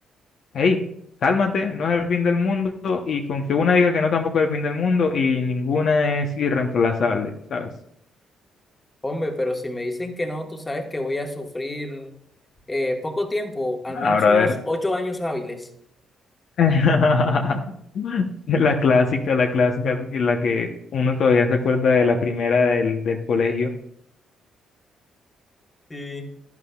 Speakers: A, on the left; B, on the left.
A: hey, cálmate, no es el fin del mundo y con que una diga que no tampoco es el fin del mundo y ninguna es irreemplazable, ¿sabes?
B: Hombre, pero si me dicen que no, tú sabes que voy a sufrir eh, poco tiempo, al
A: No,
B: menos
A: brother.
B: unos ocho años hábiles.
A: <laughs> La clásica, la clásica, que- la que uno todavía se acuerda de la primera del, del colegio.
B: Sí.